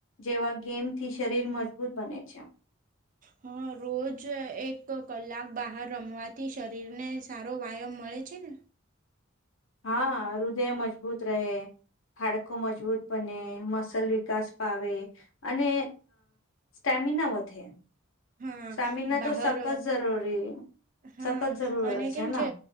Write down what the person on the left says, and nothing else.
જેવા ગેમથી શરીર મજબૂત બને છે.
હા, હૃદય મજબૂત રહે. હાડકુ મજબૂત બને, મસલ વિકાસ પામે અને સ્ટેમિના વધે.
સ્ટેમિના
તો સખત જરૂરી
સખત જરૂર
ને